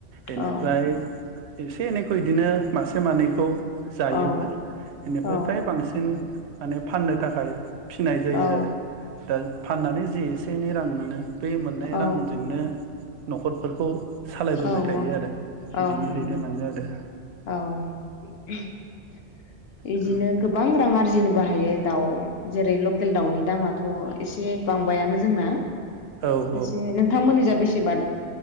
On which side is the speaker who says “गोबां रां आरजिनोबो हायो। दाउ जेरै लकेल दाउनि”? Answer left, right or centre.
Left